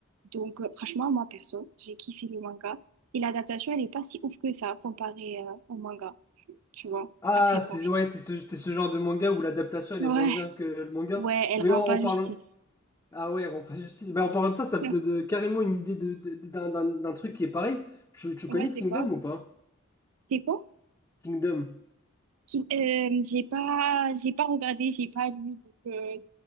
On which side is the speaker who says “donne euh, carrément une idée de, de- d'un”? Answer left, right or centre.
Left